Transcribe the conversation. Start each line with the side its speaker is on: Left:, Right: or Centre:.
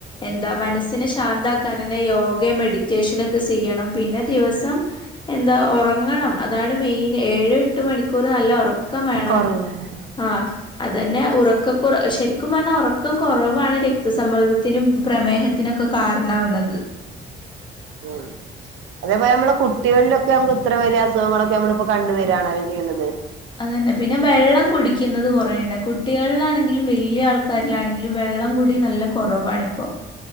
Left: എന്താ മനസ്സിന് ശാന്ത ക്കാനെന്നെ യോഗയും മെഡിറ്റേഷന് ഒക്കെ ചെയ്യണം പിന്നെ ദിവസം എന്താ ഒറങ്ങണം അതാണ് മെയ്ന് ഏഴ് എട്ട് മണിക്കൂറ് നല്ല ഒറക്കം വേണം
Right: ഉറങ്ങാണ്
Left: ആഹ് അതന്നെ ഉറക്ക കുറവ് ശരിക്കും പറഞ്ഞാൽ ഉറക്കം കുറവാണ് രക്തസമ്മർദ്ദത്തിനും പ്രമേഹ ത്തിനൊക്കെ കാരണവ്ന്നത്
Right: ഹ് അതേപോലെ നമ്മള് കുട്ടികളിലൊക്കെ നമുക്ക് ഇത്ര വലിയ അസുഖങ്ങളൊക്കെ നമ്മളപ്പോ കണ്ടുവരാണല്ലോ ചെയ്യുന്നത്
Left: അത തന്നെ പിന്നെ വെള്ളം കുടിക്കുന്നത് കൊറേണേ കുട്ടികളിലാണെങ്കിലും വലിയ ആൾക്ക കാരിലാണെങ്കിലും വെള്ളം കുടി നല്ല കൊറവാണിപ്പോ